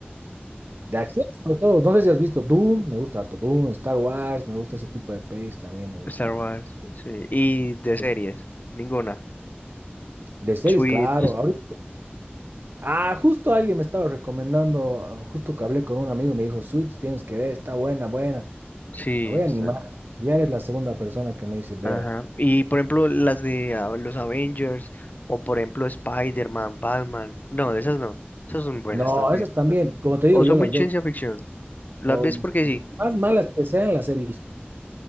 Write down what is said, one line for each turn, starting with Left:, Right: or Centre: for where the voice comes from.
Right: De acción sobre todo, no sé si has visto Doom, me gusta harto Doom, Star Wars, me gusta ese tipo de pelis, también me gusta
Left: Star
Right: harto.
Left: Wars, sí. Y de series, ninguna.
Right: De series,
Left: Tweets,
Right: claro. ahorita- Ah, justo alguien me estaba recomendando, ah, justo que hablé con un amigo y me dijo, Suits, tienes que ver, está buena, buena.
Left: sí,
Right: Me voy a
Left: está.
Right: animar. Ya eres la segunda persona que me dice, vela.
Left: Ajá. Y por ejemplo, las de ah, los Avengers, o por ejemplo, Spider-Man, Batman. No, de esas no. Esas son buenas
Right: No,
Left: también.
Right: esas también, como te digo,
Left: O son
Right: yo las
Left: muy
Right: veo,
Left: ciencia ficción. Las
Right: por
Left: ves porque sí.
Right: más malas que sean, las he visto.